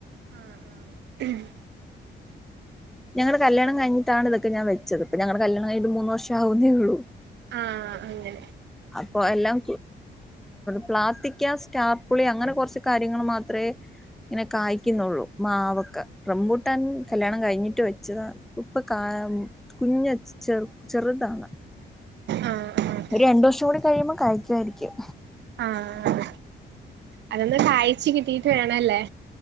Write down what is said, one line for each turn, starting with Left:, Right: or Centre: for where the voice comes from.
Right: ആഹ ആഹ
Centre: ഞങ്ങളുടെ കല്യാണം കഴഞ്ഞിട്ടാണ് ഇൊക്കെ ഞാൻെച്ചത് ഇപ്പ ഞങ്ങളുടെ കല്യാ കിഞ്ഞട്ട്ൂന്ന് വർഷമാവുന്നേ ഉള്ളൂ
Right: ആഹ് അങ്ങനെ
Centre: അപ്പൊ എല്ലാം പ്ലാറ്റക്ാ ചാർപ്പളി അങ്ങെ കുറച്ച് ക യ മാേ ഇങ്ങനെ കായ്ക്കുന്നുള്ളൂ മാവൊക്കെ റംബൂട്ടാൻ കല്യാണം കഴിഞ്ഞിട്ട് റ്റ വെച്ചതാ ഇപ്പൊ കുഞ്ഞ ചേറ ചെറുതാണ്
Right: ആഹ് ആഹ്
Centre: ഒരു രണ്ടു വർഷം കൂടി കഴിയുമ്പോം കഴിക്കുായിരിക്കും
Right: ആഹ അതൊന്ന് കായ്ച്ച കിട്ടി വേണല്ലേ